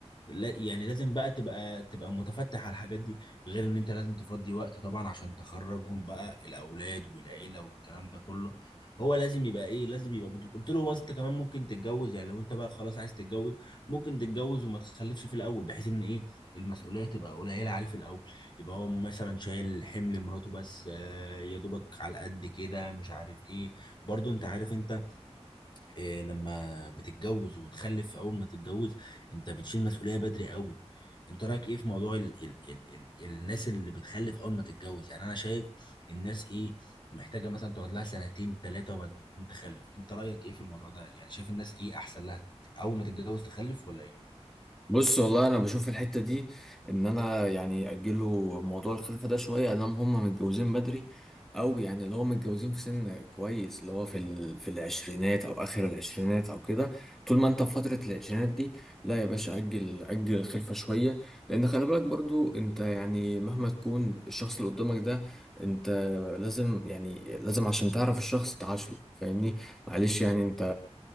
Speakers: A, on the left (about 45°); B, in the centre.
A: لا يعني لازم بقى تبقى تبقى متفتح على الحاجات دي غير ان انت لازم تفضي وقت طبعا عشان تخرجهم بقى الاولاد والعيله والكلام ده كله هو لازم يبقى ايه لازم يبقى مدرك قلت له هو انت كمان ممكن تتجوز يعني لو انت بقى خلاص عايز تتجوز ممكن تتجوز وما تخلفش في الاول بحيث ان ايه المسؤولية تبقى قليلة عليه في الأول يبقى هو مثلا شايل حمل مراته بس آه، يا دوبك على قد كده مش عارف إيه برضو أنت عارف أنت آه، لما بتتجوز وتخلف أول ما تتجوز أنت بتشيل مسؤولية بدري قوي أنت رأيك إيه في موضوع ال ال ال ال الناس اللي بتخلف أول ما تتجوز يعني أنا شايف الناس إيه محتاجة مثلا تقعد لها سنتين ثلاثة وبعدين تخلف أنت رأيك إيه في الموضوع ده يعني شايف الناس إيه أحسن لها أول ما تتجوز تخلف ولا إيه
B: بص والله انا بشوف الحته دي ان انا يعني اجله موضوع الخلفه ده شويه ادام هم متجوزين بدري او يعني اللي هو متجوزين في سن كويس اللي هو في ال... في العشرينات او اخر العشرينات او كده طول ما انت في فتره العشرينات دي لا يا باشا اجل اجل الخلفه شويه لان خلي بالك برضو انت يعني مهما تكون الشخص اللي قدامك ده انت لازم يعني لازم عشان تعرف الشخص تعاشره فاهمني معلش يعني انت